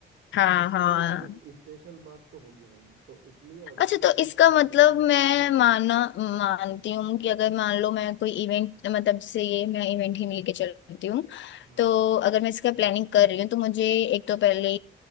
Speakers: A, on the left (about 70°); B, on the right (about 85°).
A: हाँ
B: तो इससे
A: हाँ
B: कोई स्पे, स्पेशल बात तो होगी नहीं तो इसलिए अगर
A: अच्छा
B: तुम्हें
A: तो
B: इसको
A: इसका
B: स्पेशल
A: मतलब
B: कराना है
A: मैं
B: हम्म,
A: माना मानती हूँ कि अगर मान लो मैं कोई इवेंट मतलब जैसे ये मैं इवेंट ही में लेके चलती हूँ
B: हाँ
A: तो अगर मैं इसका प्लानिंग कर रही हूँ तो मुझे एक तो पहले